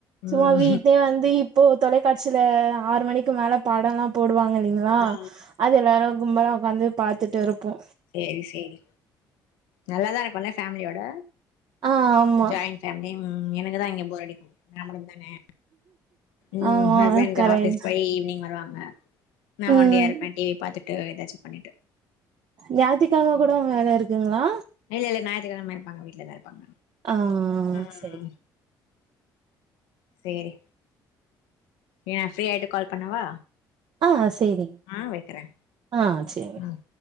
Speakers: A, on the right; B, on the left.
A: சும்மா
B: ம்
A: வீட்லேயே வந்து இப்போ தொலைக்காட்சியில ஆறு மணிக்கு மேல பாடல்லா போடுவாங்க இல்லைங்ளா
B: ஆ
A: அது எல்லாரு கும்பல உக்காந்து பாத்துட்டு இருப்போ
B: சேரி சேரி நல்லாதா இருக்குல்ல ஃபேமிலியோட
A: ஆ ஆமா
B: ஜாயிண்ட் ஃபேமிலி ம் எனக்கு தா இங்க போர் அடிக்கு நா மட்டுந்தானே ம்
A: ஆமா
B: ஹஸ்பண்ட்
A: கரெக்ட்
B: ஆபீஸ் போய் ஈவினிங் வருவாங்க நா
A: ம்
B: ஒன்டியா இருப்பே டிவி பாத்துட் ட்டு ஏதாச்சு பண்ணிட்டு
A: ஞாத்திக்கிழம
B: ம்
A: கூட வேல இருக்குங்ளா
B: இல்ல இல்ல ஞாயித்துக்கிழம இருப்பாங்க வீட்ல தா இருப்பாங்க
A: ஆ
B: ம்
A: சேரி
B: சேரி ஏ ஃப்ரீ ஆயிட்டு கால் பண்ணவா
A: ஆ சேரிங்க
B: ம் வக்கறே
A: ஆ சேரி
B: ம்